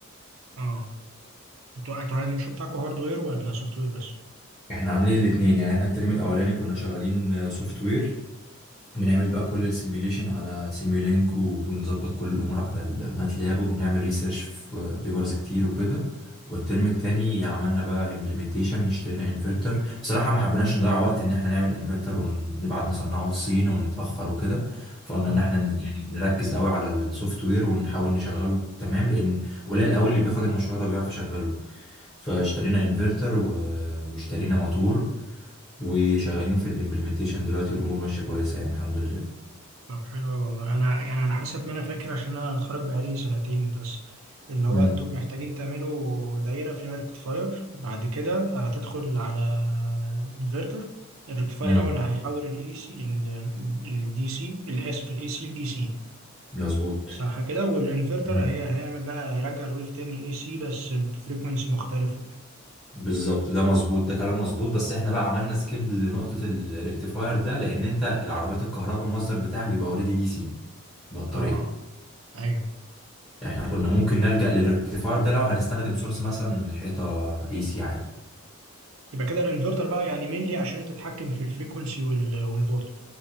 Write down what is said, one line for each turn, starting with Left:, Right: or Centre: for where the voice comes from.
Right: اه انتوا انتوا الشغل بتاعكم هاردوير ولا سوفت وير بس؟
Left: احنا عاملين الاثنين يعني احنا الترم الاولاني كنا شغالين سوفت وير بنعمل بقى كل السيميوليشن على سيميولينك وبنظبط كل الامور على الماتلاب وبنعمل ريسيرش في بيبرز كتير وكده والترم التاني عملنا بقى امبلمنتيشن اشترينا انفرتر بصراحة ما حبيناش نضيع وقت ان احنا نعمل انفرتر ونبعت نصنعه الصين ونتأخر وكده فقلنا
Right: اه
Left: ان احنا ن- يعني نركز قوي على السوفت وير ونحاول نشغله تمام لان قليل قوي اللي بياخد المشروع ده وبيعرف يشغله فاشترينا انفرتر و... واشترينا موتور وشغالين في الامبلمنتيشن دلوقتي والامور ماشيه كويسه يعني الحمد لله
Right: طب حلو أوي والله انا يعني على حسب ما انا فاكر عشان انا متخرج بقالي سنتين بس ان هو
Left: مم.
Right: انتوا محتاجين تعملوا دايره فيها ريكتفاير بعد كده آه، تدخل على انفرتر الريكتفاير
Left: امم
Right: الاول هيحول الاي سي الدي سي الاسف الاي سي لدي سي
Left: مظبوط
Right: صح كده والانفرتر
Left: مم.
Right: هي هيعمل بقى هيرجع الويف تاني اي سي بس بفريكونسي مختلفه
Left: بالظبط ده مظبوط ده كلام مظبوط بس احنا بقى عملنا سكيب لنقطه الريكتيفاير ده لان انت العربيات الكهرباء المصدر بتاعك بيبقى اوريدي دي سي بطاريه
Right: اه ايوه
Left: احنا كنا ممكن نلجأ للريكتيفاير ده لو هنستخدم سورس مثلا من الحيطه اي سي عادي
Right: يبقى كده الانفرتر بقى يعني مينلي عشان تتحكم في الفريكونسي وال... والفولتج